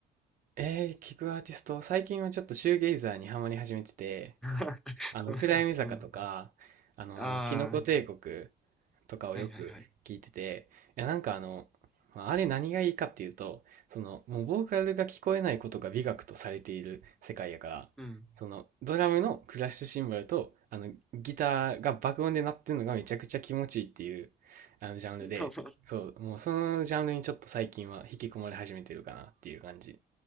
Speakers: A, on the right; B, in the centre.
A: えー、聞くアーティスト、最近はちょっとシューゲイザーにハマり始めてて、
B: <laughs>
A: あの、暗闇坂とか、
B: うん。
A: あの、
B: あ
A: キノコ帝国とかをよく聞いてて、
B: あ、はいはいはい。
A: いや、なんかあの、まあれ何がいいかっていうと、その、もうボーカルが聞こえないことが美学とされている世界やから、
B: うん。
A: その、ドラムのクラッシュシンバルと、あの、ギターが爆音で鳴ってるのがめちゃくちゃ気持ちいいっていう、あの、ジャンルで、
B: <laughs>
A: そう、もうそのジャンルにちょっと最近は引き込まれ始めてるかなっていう感じ。